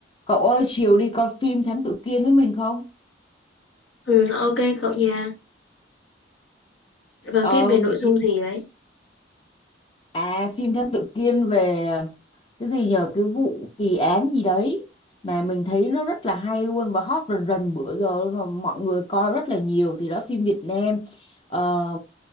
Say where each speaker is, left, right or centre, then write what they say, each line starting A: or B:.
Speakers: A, on the left; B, on the left.
A: Cậu ơi, chiều đi coi phim Thám Tử Kiên với mình không?
B: Ừ, ok cậu nha. Và
A: Ờ,
B: phim về
A: vậy
B: nội dung
A: thì
B: gì đấy?
A: à phim Thám Tử Kiên về cái gì nhờ cái vụ kỳ án gì đấy mà mình thấy nó rất là hay luôn và hot rần rần bữa giờ luôn và mọi người coi rất là nhiều thì đó phim Việt Nam. Ờ,